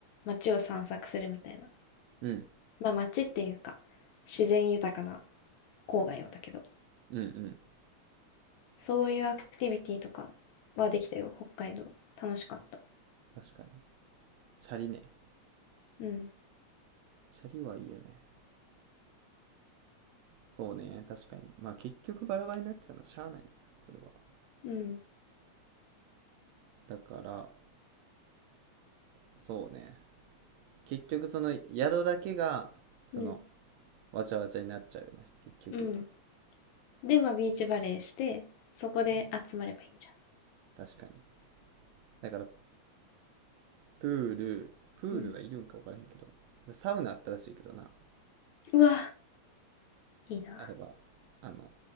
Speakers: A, on the left; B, on the right.
A: 街を散策するみたいな。
B: うん。
A: まあ街っていうか、自然豊かな郊外をだけど。
B: うんうん。
A: そういうアクティビティとかはできたよ、北海道。楽しかった。
B: 確かに。チャリね。
A: うん、
B: チャリはいいよね。そうね。確かに。まあ結局バラバラになっちゃうのしゃあないな。それは。
A: うん、
B: だから、そうね。結局その宿だけが、その、
A: うん、
B: わちゃわちゃになっちゃうよね。結局。
A: うん。で、まあ、ビーチバレーして、そこで集まればいいんじゃ
B: 確かに。だから、プール、プールはいるんか分からへんけど。
A: ん。うん。
B: サウナあったらしいけどな。
A: うわ、いいな。
B: あれは、あの、